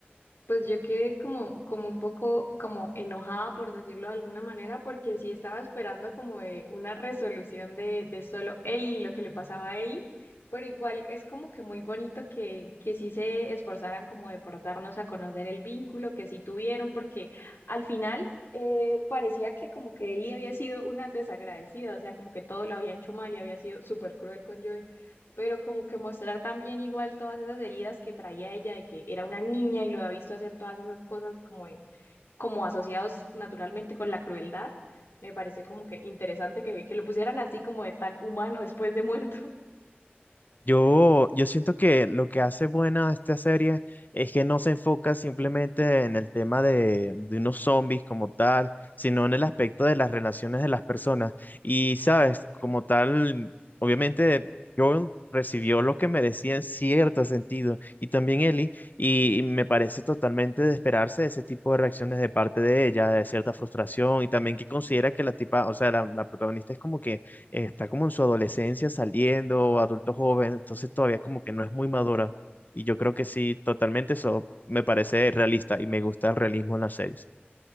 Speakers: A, on the left; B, on the left.
A: Pues yo quedé como, como un poco como enojada, por decirlo de alguna manera, porque sí estaba esperando como de una resolución de, de solo Ellie y lo que le pasaba a Ellie, pero igual es como que muy bonito que, que sí se esforzaran como de por darnos a conocer el vínculo que sí tuvieron, porque al final eh, parecía que como que Ellie había sido una desagradecida, o sea, como que todo lo había hecho mal y había sido súper cruel con Joey. pero como que mostrar también igual todas esas heridas que traía ella de que era una niña y lo había visto hacer todas esas cosas como, de- como asociados naturalmente con la crueldad, me pareció como que interesante que, que lo pusieran así como de tan humano después de muerto.
B: Yo, yo siento que lo que hace buena a esta serie es que no se enfoca simplemente en el tema de, de unos zombies como tal, sino en el aspecto de las relaciones de las personas. Y, sabes, como tal, obviamente Joel recibió lo que merecía en cierto sentido, y también Ellie, y, y me parece totalmente de esperarse ese tipo de reacciones de parte de ella, de cierta frustración, y también que considera que la tipa, o sea, la la protagonista es como que eh, está como en su adolescencia saliendo, adulto joven, entonces todavía como que no es muy madura. Y yo creo que sí, totalmente eso me parece realista y me gusta el realismo en las series.